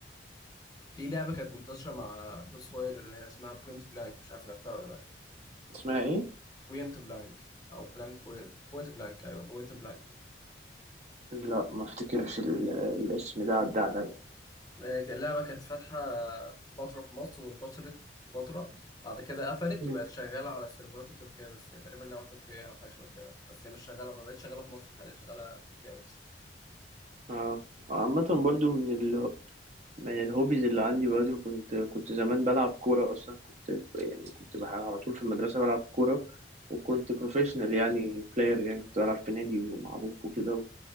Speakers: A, on the left; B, on the right.
A: في لعبة كانت منتشرة مع كروس فاير اللي هي اسمها بوينت بلانك مش عارف لعبتها ولا لا
B: اسمها ايه
A: بوينت بلانك أو بلانك بوينت بوينت بلانك أيوه بوينت بلانك
B: لا ما افتكرش ال... الاسم ده عدى عليا
A: آه، كان- اللعبة كانت فاتحة فترة في مصر وانتشرت فترة بعد كده قفلت
B: مم.
A: وبقت شغالة على السيرفرات التركية بس هي تقريبا لعبة تركية أو حاجة شبه كده بس هي مش شغالة ما بقتش شغالة في مصر حاليا شغالة في تركيا بس
B: اه عامة برضو من ال... من الهوبيز اللي عندي برضو كنت كنت زمان بلعب كورة أصلا كنت يعني كنت بح- على طول في المدرسة بلعب كورة وكنت بروفيشنال يعني بلاير يعني كنت بلعب في نادي معروف وكده